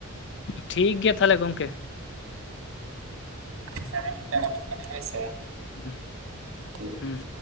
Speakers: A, on the left; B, on the right.
A: ᱴᱷᱤᱠ ᱜᱮᱮᱭᱟ ᱛᱟᱦᱚᱞᱮ ᱜᱚᱢᱠᱮ,
B: ᱥᱟᱨᱦᱟᱣ ᱤᱧ ᱪᱟᱞ ᱟᱵᱮᱱ ᱠᱟᱱᱟ ᱦᱳᱭ ᱥᱮ,
A: ᱦᱩᱸ
B: ᱴᱷᱤᱠ
A: ᱦᱩᱸ